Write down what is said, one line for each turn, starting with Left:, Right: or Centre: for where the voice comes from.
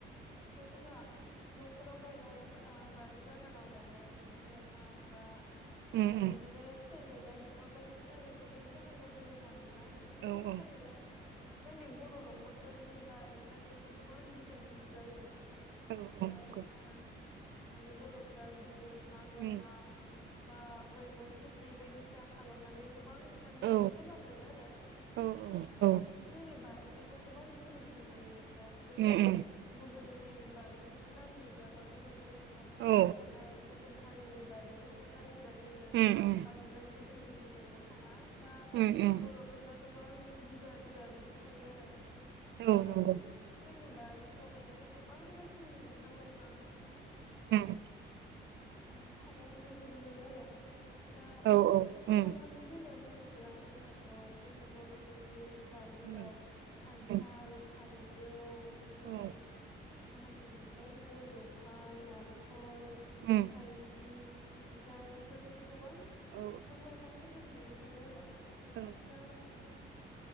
Left: दा जोंहा न'खराव गायनाय ओ बारि बागानाव गायनाय बिफां लाइफां बा ओ
Right: उम औ उम
Left: बिदिनो
Right: उम
Left: फिथाइ जायग्रा बिफां बायदिसिना बेफोरनि सोमोन्दै बुंनो। थांब्ला नंगौ
Right: औ औ
Left: थारैनो जोंनि बर' न'खरफोरनि बारिफ्रा जोब गोबां गिदिर गिदिर जायो माने
Right: औ
Left: जाय
Right: औ नंगौ
Left: ओ माने बर'फ्रा बिदिनो बिफां लाइफां
Right: उम
Left: बा मैगं खेथि बायदिसिना खालामनानै गोबां माने जोबोद
Right: औ
Left: मोजां मोनो आरो
Right: औ
Left: दा बिदिनो जोंनि बारि फोरखौ गोबां गिदिर गिदिर नुयो दा जोङो।
Right: उम उम
Left: गुबुननि बारिफोरखौ नायहैयोब्ला बा गुबुन जोंनि खाथि खालायाव
Right: औ
Left: थानाय गुबुन हारिनि बारिफोरखौ नायोब्ला जोङो
Right: उम उम
Left: बांद्राय गिदिर गिदिर मोननो थाङा दा
Right: उम उम
Left: बर'फोरना गोबां बिगा बिगा बिदि थायो आरो। दा
Right: औ नंगौ।
Left: जोंनि बारिफ्राव माने गोबां रोखोमनि बिफां-लाइफां
Right: उम
Left: बिदि थानायखौबो नुनो मोनो आरो दा
Right: औ औ
Left: बिफां
Right: उम
Left: लाइफांनि बेलायाव बुङोब्ला। जोंहाथ' जोंनि बर'फोरनि बारिफ्राव
Right: उम
Left: खान्थाल
Right: उम
Left: थाइजौ बिदिनो
Right: औ
Left: मा होनगोन बेखौ गय दं फां नारेंखल,
Right: उम
Left: थाइगिर, थिंख्लां, बेफोरबायदि गोबां
Right: औ औ
Left: बिफां लाइफांफोरखौ नुनो मोनो आरो।
Right: <unintelligible>
Left: दा